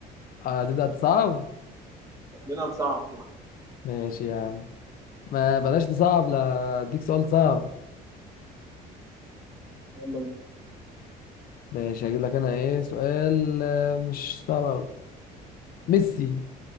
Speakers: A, on the left (about 60°); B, on the right (about 20°).
A: هتبدأ تصعب
B: شكلنا هنصعب كده
A: ماشي يا عم ما بلاش تصعب لا اديك سؤال صعب
B: يلا بينا
A: ماشي هجيب لك انا ايه سؤال آه، مش صعب أوي. ميسي